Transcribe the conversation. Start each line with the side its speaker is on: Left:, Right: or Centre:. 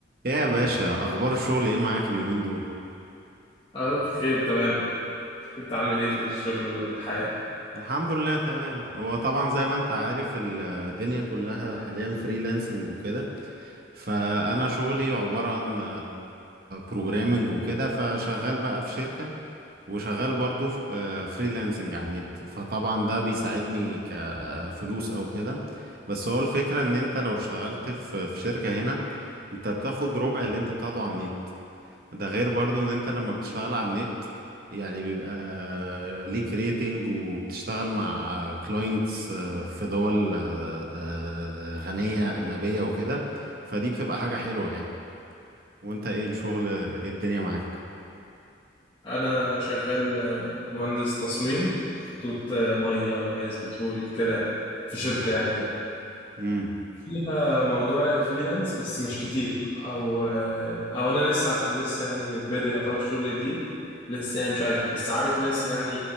Right: ايه يا باشا اخبار الشغل ايه معاك اليومين دول
Left: اه بخير تمام انت عامل ايه في الشغل والحياة
Right: الحمد لله تمام هو طبعا زي ما انت عارف الدنيا كلها حاليا فريلانسنج وكده فانا شغلي عبارة عن بروجرامنج وكده فشغال بقى في شركة وشغال برضو فريلانسنج على النت فطبعا ده بيساعدني كفلوس او كده بس هو الفكرة ان انت لو اشتغلت في في شركة هنا انت بتاخد ربع اللي انت بتاخده على النت ده غير برضو ان انت لما بتشتغل على النت يعني بيبقى ليك ريتنج وبتشتغل مع كلاينتس في دول آه، آه، غنية أجنبية وكده فدي بتبقى حاجة حلوة يعني وانت ايه الشغل ايه الدنيا معاك
Left: انا شغال آه، مهندس تصميم خطوط آه، مية غاز بترول كده يعني في شركة
Right: مم.
Left: يعني هنا
Right: امم
Left: فيها موضوع فريلانس بس مش كتير او آه، او انا لسه عشان لسه يعني بادئ اطور شغل جديد لسه يعني مش عارف بس عارف ناس يعني